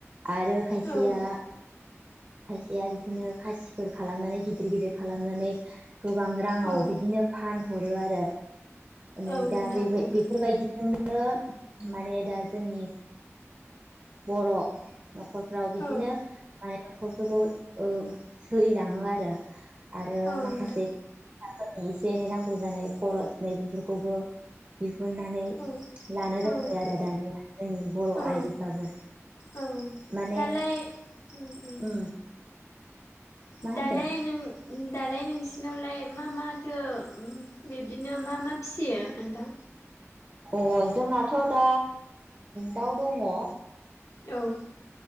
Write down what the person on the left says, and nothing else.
औ
औ
औ नोंथां
औ
औ
औ
नोंथां
औ
औ
औ
औ
दालाय ओम ओम
दालाय नों दालाय नोंसिनावलाय मा माथो बिब्दिनो मा मा फिसियो नोंथां?
औ